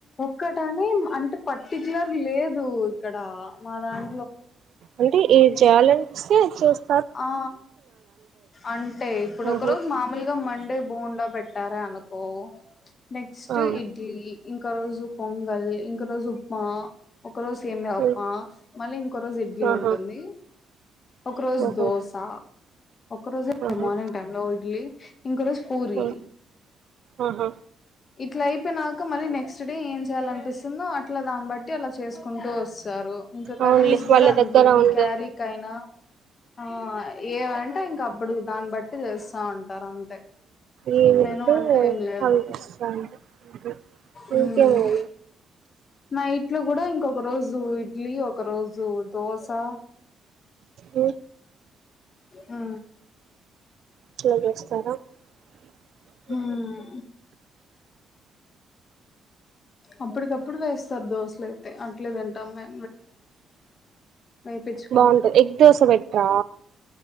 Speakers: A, on the left; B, on the right.
A: ఒక్కటని అంటే పర్టిక్యలర్ లేదు ఇక్కడ మా దాం
B: అంటే ఏం చేయాలని వస్తే చూస్తా
A: ఆ అంటే ఇప్పుడోకరోజు
B: ఆహా
A: మామూలుగా మండే బొండా పెట్టారే అనకో నెక్స్ట్
B: ఆ
A: ఇడ్లీ ఇంకో రోజు పొంగల్ ఇంకో రోజు ఉప్మా ఒక రోజు సేమ్యా ఉప్మా
B: ఉ
A: మళ్ళీ ఇంకో రోజు ఇడ్లీ
B: ఆహా
A: ఉంటుంది ఒక రోజు
B: ఓహో
A: దోసా ఒక్క రోజె
B: ఆహా
A: మార్నింగ్ టైమ్ లో ఇడ్లీ ఇంకో రోజు పూరి
B: ఆ ఆహా
A: ఇట్లా అయిపోయి నాక మళ్ళీ నెక్స్ట్ డే ఏం చేయాల అనిపిస్తుందో అట్లా దాన్ని బట్టి అలా చేసుకుంటూ తారు ఇంకా
B: అవునులే
A: కర్రీస్
B: వాళ్ళ
A: కూడా అంతే
B: దగ్గర
A: ఈవెన్
B: ఉండే
A: క్యారీకైనా ఆ ఏవంట ఇం అప్పుడు దాన్ని బట్టి చేస్తా ఉంటంది ఉంటారు అంతే
B: ఏమంటే
A: మెను అంటే ఏం లేదు
B: అవి చేస్తా అంటే ఉహు.
A: హామ్
B: ఇంకేమైనా
A: నా ఇంట్లో కూడా ఇంకొక రోజు ఇడ్లీ ఒక రోజు దోస ఆ
B: ఉ
A: ఆ
B: ఇట్లా చేస్తారా ఆ
A: హ్మ్ అప్పటికప్పుడు వేస్తారు దోశలు అయితే అట్లేదంతే మే వేపిచ్చుకొని
B: బాగుంటది ఎగ్ దోశ పెట్రా